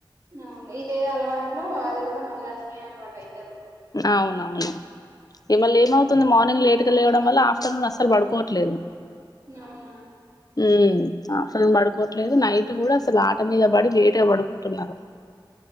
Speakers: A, on the right; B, on the left.
A: అవును ఇదే అలవాట్లో అది కూడా మళ్ళీ అట్లనే అలవాటు అయితరు
B: అవునవును ఏమ ఏమవుతుంది మార్నింగ్ లే లేటుగా లేయడం వల్ల ఆఫటర్నూన్ అస్సలు పడుకోవట్లేదు
A: నవునా
B: ఉ ఆఫ్టర్నూన్ పడుకోవట్లేదు నైట్ కూడా అసలు ఆట మీద పడి లేట్గా పడుకుంటున్నారు